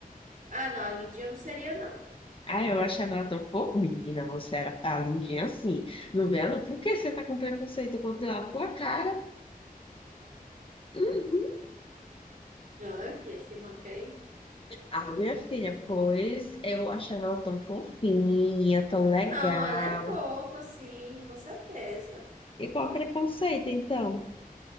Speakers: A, on the right; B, on the left.
A: Ah, não, a Lindinha não seria, não.
B: Aí eu achava ela tão fofa, menina, você era tá lindinha assim, não vê ela? Por que você tá com preconceito contra ela? Tua cara. Uhum.
A: Não, filha, se manque aí.
B: Ah, minha filha, pois eu achava ela tão fofinha, tão legal.
A: Não, ela é fofa, sim, com certeza.
B: Igual preconceito, então.